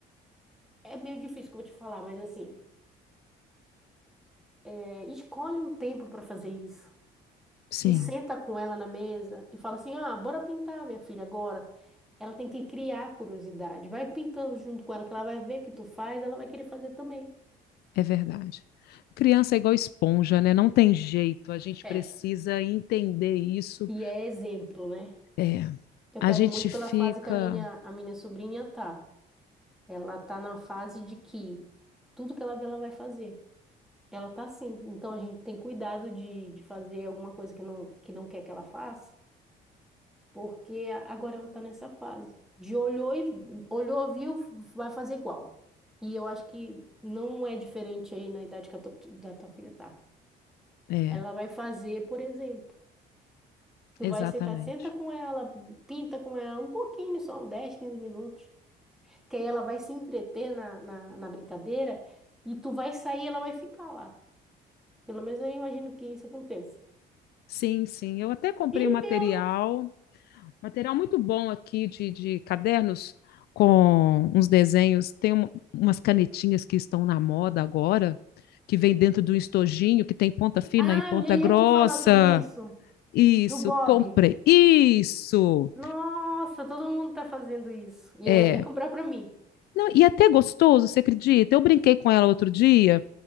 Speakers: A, in the centre; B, on the left.
A: É meio difícil que eu vou te falar, mas assim, eh, escolhe um tempo para fazer isso.
B: Sim,
A: E senta com ela na mesa e fala assim: ah, bora pintar, minha filha, agora. Ela tem que criar a curiosidade. Vai pintando junto com ela, que ela vai ver que tu faz, ela vai querer fazer também.
B: É verdade. Criança é igual esponja, né? Não tem jeito. A gente
A: É.
B: precisa entender isso.
A: E é exemplo, né?
B: É,
A: Eu
B: a
A: pego
B: gente
A: muito
B: fica.
A: pela fase que a minha, a minha sobrinha tá. Ela tá na fase de que tudo que ela vê, ela vai fazer. Ela tá assim. Então a gente tem cuidado de, de fazer alguma coisa que não, que não quer que ela faça, porque a- agora ela tá nessa fase. De olhou e olhou, viu, vai fazer igual. E eu acho que não é diferente aí na idade que a tua, da tua filha tá.
B: É,
A: Ela vai fazer, por exemplo, tu
B: exatamente.
A: vai sentar, senta com ela, pinta com ela um pouquinho, só um 10 15 minutos. que aí ela vai se entreter na, na, na brincadeira e tu vai sair e ela vai ficar lá. Pelo menos eu imagino que isso aconteça.
B: Sim, sim. Eu até comprei
A: E
B: um material,
A: ver outro.
B: material muito bom aqui de, de cadernos com uns desenhos. Tem um- umas canetinhas que estão na moda agora, que vem dentro de um estojinho que tem ponta fina
A: Ah,
B: e ponta
A: eu já ia
B: grossa.
A: te falar sobre isso,
B: Isso,
A: do Bob.
B: comprei. Isso!
A: Nossa, todo mundo tá fazendo isso. E
B: É.
A: ia até comprar pra mim.
B: Não, e é até gostoso, você acredita? Eu brinquei com ela outro dia